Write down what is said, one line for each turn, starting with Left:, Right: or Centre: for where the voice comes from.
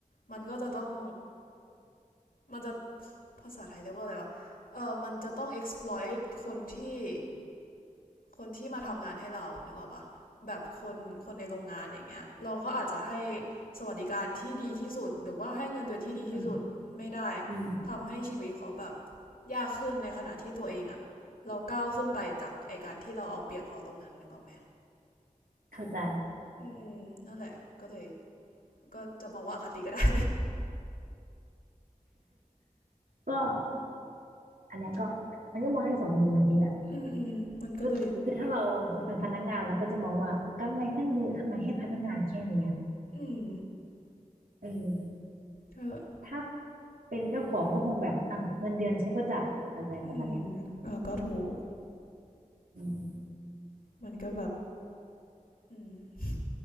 Left: มันก็จะต้อง มันจะภาษาไทยเรียกว่าอะไรวะเออมันจะต้อง exploit คนที่ คนที่มาทำงานให้เรานึกออกปะแบบคนคนในโรงงานอย่างเงี้ย เราก็อาจจะให้สวัสดิการที่ดีที่สุด หรือว่าให้เงินเดือนที่ดีที่สุด
Right: อืม
Left: ไม่ได้
Right: อืม
Left: ทำให้ชีวิตเขาแบบยากขึ้นในขณะที่ตัวเองอะ เราก้าวขึ้นไปจากไอการที่เราเอาเปรียบเขาตรงนั้นนึกออกไหม
Right: เข้าใจ
Left: อืมอืมนั่นแหละก็เลยก็จะบอกว่าอคติก็ได้
Right: ก็อันเนี้ยก็มันก็มองได้สองมุมจริงๆแหละ
Left: <laughs> อืมอืมมันก็เลย
Right: ก็คือถ้าเราเราเป็นพนักงานเราก็จะมองว่ากำไรตั้งเยอะทำไมให้พนักงานแค่เนี้ย
Left: อืม
Right: เออ
Left: กอ
Right: ถ้าเป็นเจ้าของก็คงแบบอ้าวเงินเดือนฉันก็จ่ายอะไรประมาณเนี้ย
Left: อืมเออก็ถูก
Right: อืม
Left: มันก็แบบอืม